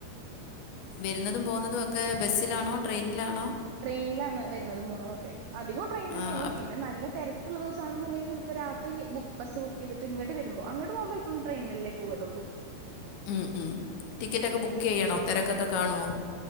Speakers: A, on the left; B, on the right.
A: വരുന്നതും പോകുന്നതും ഒക്കെ ബസ്സിലാണോ ട്രെയിനിലാണോ
B: ട്രെയിനിലാണ് വരുന്നത് പോണ തെക്കെ അധികം ട്രെയിനന്നെയവും
A: ആ അപ്പ-
B: പിന്നെ നല്ല തിരക്കുള്ള ദിവസണെന്നുണ്ടെങ്കിൽ ചിലപ്പോ രാത് ബസ് ബുക്ക് ചെയ്തിട്ട് ഇങ്ങട്ട് വരുമ്പോ അങ്ങോട്ട് പോകുമ്പോ ഇപ്പോഴുംട്രെനല്ലേ പോകലുള്ളൂ
A: ഉം ഉം ടിക്കറ്റ് ഒക്കെ ബുക്ക് ചെയ്യണോ തിരക്കൊക്കെ കാണുവോ